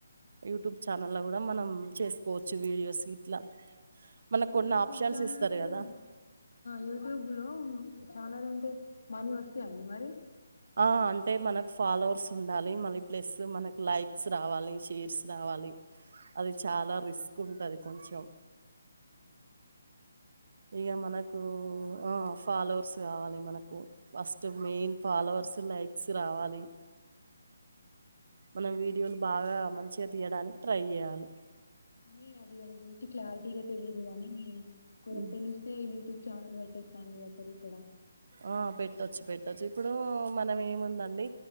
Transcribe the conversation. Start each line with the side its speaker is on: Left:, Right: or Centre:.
Right: యూట్యూబ్ ఛానల్ లో కూడా మనం చేసుకోవచ్చు వీడియోస్ ఇట్లా మనకు
Left: ఎను
Right: కొన్ని
Left: యూట్యూబ్
Right: ఆప్షన్స్
Left: చానల్
Right: ఇస్తారు కదా
Left: లో యూట్యూబ్ లో ఛానెల్ ఉంటే మనీ వస్తాయండి మరి
Right: ఆ అంటే మనకు ఫాలోవర్స్ ఉండాలి మళ్ళీ ప్లస్ మనకి లైక్స్ రావాలి షేర్స్ రావాలి అది చాలా రిస్క్ ఉంటుంది కొంచెం
Left: ఆ
Right: ఇక మనకు ఆ ఫాలోవర్స్ కావాలి మనకు ఫస్ట్ మెయిన్ ఫాలోవర్స్ లైక్స్ రావాలి
Left: నేనయితే
Right: మనం వీడియోలు బాగా మంచిగా తీయడానికి ట్రై చేయాలి
Left: అని అది దాని గురించి క్లారిటీగా తెలియదు కానీ కొ
Right: ఉమ్.
Left: తెలిస్తే యూట్యూబ్ ఛానెల్ పెట్టచ్చు అండి అక్కడ ఇ కూడా
Right: ఆ పెట్టొచ్చు పెట్ చ్చ ఇప్పుడు మనం ఏముందండి